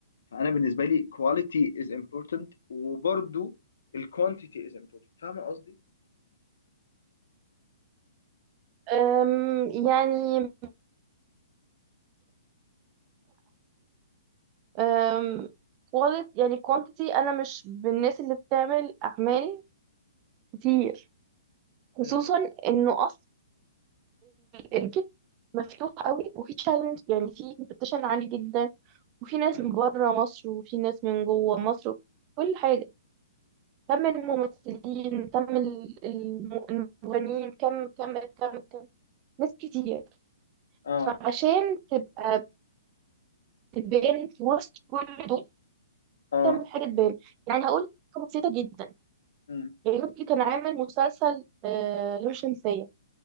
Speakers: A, on the left; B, on the right.
A: فانا بالنسبه لي quality is important وبرضو ال quantity is important فاهم قصدي؟
B: أم، يعني أم، quality يعني quantity انا مش بالناس اللي بتعمل اعمال كتير خصوصا
A: امم
B: انه اصلا الكيت مفتوح قوي وفي تشالنج يعني في كومبيتيشن عالي جدا وفي ناس
A: أمم.
B: من بره مصر وفي ناس من جوه مصر كل حاجه كم الممثلين كم ال- الم- المغنيين كم كم كم كم ناس كتير
A: اه
B: فعشان تبقى تبان في وسط كل دول
A: اه
B: تعمل حاجه تبان يعني هقول حاجة بسيطه جدا
A: امم
B: يعني مكي كان عامل مسلسل آه، لام شمسية